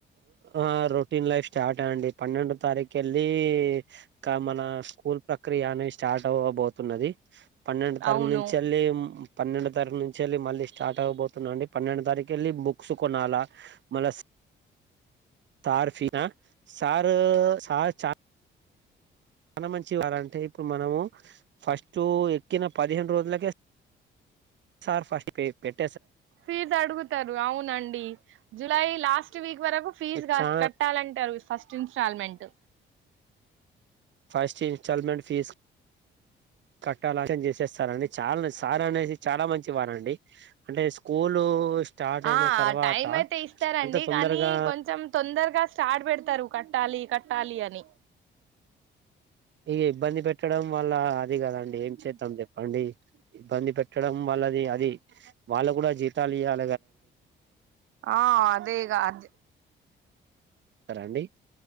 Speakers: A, on the right; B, on the right.
A: ఆ రొటీన్ లైఫ్ స్టార్ట్ అండి పన్నెండు తారీఖ వెళ్ళిక మన స్కూల్ ప్రక్రియ అనేది స్టార్ట్ అవ్వబోతున్నది పన్నెండు తరగ
B: అవును
A: నుంచి వెళ్ళి పన్నెండు తరగు నుంచి వెళ్ళి మళ్ళీ స్టార్ట్ అవ్వబోతున్నా అండి పన్నెండు తారీఖు వెళ్ళి బుక్స్ కొనాల మళ్ళ సార్ఫ సార్ సార్ చా మన మంచివారంటే ఇప్పుడు మనము ఫస్ట్ ఎక్కిన పదిహేను రోజులకే సార్ ఫస్ట్ పే పెట్
B: ఫీజ్ అడుగుతారు అవునండి జులై లాస్ట్ వీక్ వరకు ఫీజు క
A: చా
B: కట్టాలం టే అవి first installment
A: first installment fees కట్టాలం చేసేస్తారండి చాలా సార్ అనేసి చాలా మంచి వారండి అంటే స్కూలు స్టార్ట్
B: ఆ
A: అయిన తర్వాత
B: టైం అయితే ఇస్తారండి
A: అంత తొందరగా
B: కానీ కొంచెం తొందరగా స్టార్ట్ పెడతారు కట్టాలి క ట్టాలి అని
A: ఇక ఇబ్బంది పెట్టడం వల్ల అది కదండి ఏం చేద్దాం చెప్పండి ఇబ్బంది పెట్ట ట్టడం వల్లది అది వాళ్ళ కూడా జీతాలు ఇయాలీ
B: ఆ అదేగా ఆడ్
A: సరే అండి